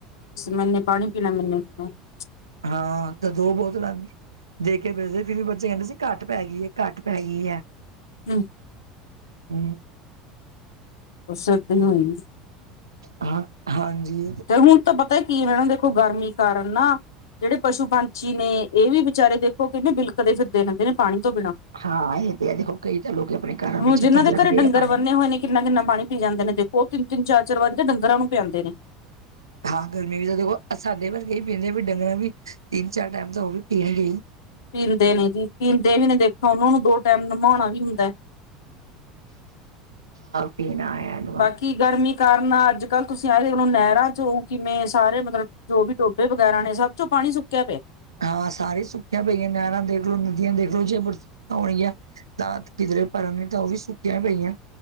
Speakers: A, on the left (about 70°); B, on the right (about 80°).
A: ਮੈਨੇ ਪਾਣੀ ਪੀਣਾ ਮੈਨੂੰ <unintelligible>
B: ਹਾਂ, ਤੇ ਦੋ ਬੋਤਲਾਂ ਦੇ ਕੇ ਵੇਖਦੇ ਫਿਰ ਵੀ ਬੱਚਿਆਂ ਨੂੰ ਘੱਟ ਪੈ ਗਈਏ ਘੱਟ ਪੈ ਗਈ ਏ।
A: ਹਮ <unintelligible>
B: ਹੂਂ।
A: ਦਸ ਦਿਨ ਹੋਈ <unintelligible>
B: ਹਾਂ, ਹਾਂਜੀ।
A: ਤੇ ਹੁਣ ਤਾਂ ਪਤਾ ਕੀ ਹੋਇਆ, ਦੇਖੋ ਗਰਮੀ ਕਾਰਨ ਨਾ ਜਿਹੜੇ ਪਸ਼ੂ ਪੰਛੀ ਨੇ, ਇਹ ਵੀ ਵਿਚਾਰੇ ਦੇਖੋ ਕਿਵੇਂ ਬਿਲਕਦੇ ਫਿਰਦੇ ਰਹਿੰਦੇ ਨੇ ਪਾਣੀ ਤੋਂ ਬਿਨਾਂ।
B: ਹਾਂ ਇਹ ਤੇ ਦੇਖੋ ਕਈ ਤਾਂ ਲੋਕ ਆਪਣੇ ਘਰਾਂ
A: ਹੁਣ
B: ਦੀ
A: ਜਿਹਨਾਂ
B: ਛੱਤਾਂ ਚ
A: ਦੇ
B: ਰੱਖਦੇ
A: ਘਰੇ ਡੰਗਰ
B: ਆ ਪਾਣੀ
A: ਵੰਨੇ ਹੋਏ ਨੇ, ਕਿੰਨਾ ਕਿੰਨਾ ਪਾਣੀ ਪੀ ਜਾਂਦੇ ਨੇ, ਦੇਖੋ ਤਿੰਨ -ਤਿੰਨ ਚਾਰ- ਚਾਰ ਵਾਰੀ ਤਾਂ ਡੰਗਰਾਂ ਨੂੰ ਪਿਆਂਦੇ ਨੇ।
B: ਹਾਂ ਗਰਮੀ ਵੀ ਤਾਂ ਦੇਖੋ ਸਾਦੇ ਪਰ ਹੀ ਪੀਂਦੇ ਵੀ ਡੰਗਰਾਂ ਵੀ ਤਿੰਨ ਚਾਰ ਟਾਈਮ ਤਾਂ ਉਹ ਵੀ ਪੀਣਗੇ ਹੀ।
A: ਪੀਂਦੇ ਨੇ ਜੀ ਪੀਂਦੇ ਵੀ ਨੇ ਦੇਖੋ, ਉਹਨਾਂ ਨੂੰ ਦੋ ਟਾਈਮ ਨਿਵਉਣਾ ਵੀ ਹੁੰਦਾ।
B: ਹਹ ਪੀਨਾ ਆਇਆ <unintelligible>
A: ਬਾਕੀ ਗਰਮੀ ਕਾਰਨ ਅੱਜ ਕੱਲ੍ਹ ਤੁਸੀਂ ਆਏ, ਦੇਖਲੋ ਨਹਿਰਾਂ ਚ ਹੋ ਕਿਵੇਂ ਸਾਰੇ ਮਤਲਬ ਜੋ ਵੀ ਟੋਭੇ ਵਗੈਰਾ ਨੇ ਸਭ ਚ ਪਾਣੀ ਸੁੱਕਿਆ ਪਿਆ।
B: ਹਾਂ ਸਾਰੇ ਸੁੱਕੀਆਂ ਪਈਆਂ ਨਹਿਰਾਂ ਦੇਖ ਲੋ ਨਦੀਆਂ ਦੇਖ ਲੋ ਜੇ ਬਰਾਂ ਹੋਣਗੀਆਂ। ਦਾਤ ਕਿਧਰੇ ਭਰਨ ਤਾਂ ਉਹ ਵੀ ਸੁੱਕੀਆਂ ਪਈਆਂ।